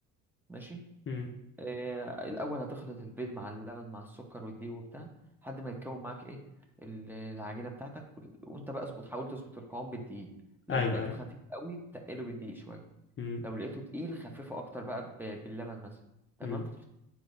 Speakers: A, in the centre; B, on the left (about 35°).
A: ماشي
B: امم
A: آه، الاول هتخلط البيض مع اللبن مع السكر والدقيق وبتاع لحد ما يتكون معاك ايه ال- العجينه بتاعتك وال- وانت بقى اظبط حاول تظبط القوام بالدقيق لو
B: ايوه
A: لقيته
B: ايوه
A: خفيف قوي تقله بالدقيق شويه
B: امم
A: لو لقيته تقيل خففه اكتر بقى ب- باللبن مثلا تمام
B: امم